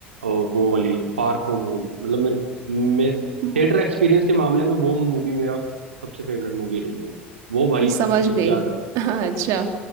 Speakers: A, on the right; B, on the right.
A: और वो वाली फार फ्रॉम होम मतलब मेरे मे,
B: <laughs>
A: थिएटर एक्सपीरियंस के मामले में वो मूवी मेरा सबसे फेवरेट मूवी रही है वो वो भाई
B: हम्म, समझ
A: क्या
B: गई
A: जबरदस्त
B: <laughs> अच्छा